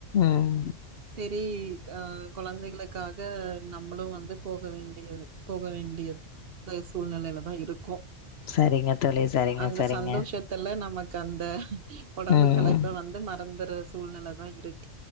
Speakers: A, on the left; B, on the right.
A: ம்
B: செரி ஆஹ் குழந்தைகளுக்காக நம்மளும் வந்து போக வேண்டியது போக வேண்டிய ய போ சூழ்நிலையில தான் இருக்கும்
A: சரிங்க தோழி சரிங்க
B: அந்த
A: சரிங்க
B: சந்தோஷத்துல நமக் க்கு அந்த உடம்பு
A: ம்
B: கிளைப்பு வந்து மறந்துரு சூழ்நிலை தான் இருக்